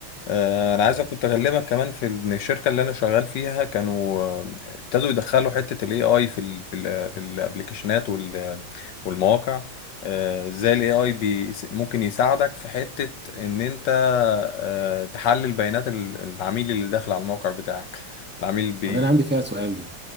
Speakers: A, on the left; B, in the centre.
A: آه، انا
B: مم.
A: عايز كنت اكلمك كمان في ان الشركه اللي انا شغال فيها كانوا آه، ابتدوا يدخلوا حته الاي اي في ال في ال في الابلكيشنات وال- والمواقع آه، ازاي الاي اي ممكن يساعدك في حته ان انت آه، تحلل بيانات ال- العميل اللي داخل على الموقع بتاعك العميل بيقول
B: وده انا عندي فيها سؤال دي